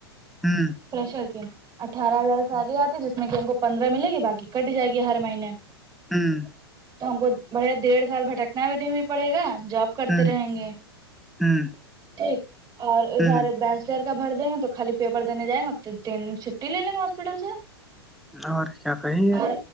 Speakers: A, in the centre; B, on the right.
A: ہوں
B: فریشر کی اٹھارہ ہزار ساری آتی جس نہیں ان کو پندرہ مل گی باقی کٹ جائے گی ہر مہینے
A: ہوں
B: تو ہم کو بڑے ڈڑھ سال بھٹکنا بھی دین پڑے گا جاب کرتے
A: ہوں
B: رہیں گے
A: ہوں
B: ٹھیک اور ادھر
A: ہوں
B: بس شیر کا بھر دیں گے تو خالی پیپر دینے جائیں گے تو تین چھٹی لے لیں گےاسپٹل سے
A: اور کیا بائی ہے
B: اور